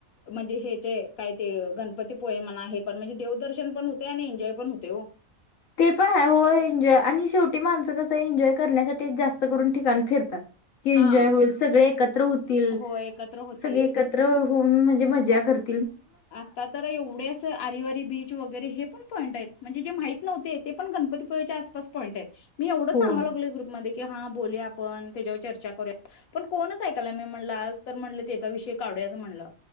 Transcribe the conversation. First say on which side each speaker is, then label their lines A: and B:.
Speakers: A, on the left; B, on the left.
A: म्हणजे हेचे काय ते गणपती पोय म्हणा हे पण म्हणजे देवदर्शन पण होते आणि एन्जॉय पण होते हो.
B: ते पण आहे हो एन्जॉय आणि शेवटी माणसं कसं एन्जॉय करण्यासाठी जास्त करून ठिकाण फिरतात. की
A: हा
B: एन्जॉय होईल सगळे एकत्र होतील
A: हो एकत्र होतील.
B: सगळे एकत्र म्हणजे मजा करत.
A: आता तर एवढे अस आरिवारी बीच र हे पण पॉंट म्हणजे माहित नव्हते ते पण गणपतीपुच्या आसपास पॉईंट मी एवढ
B: होय.
A: सांगाोग ग्रप ममध्ये की हा बोल आपण त्याच्यावर चर्चा करूया पण कोणच ऐकायला मी म्हणलं आज तर म्हण त्याचा विषय कावडू अस म्हणलं.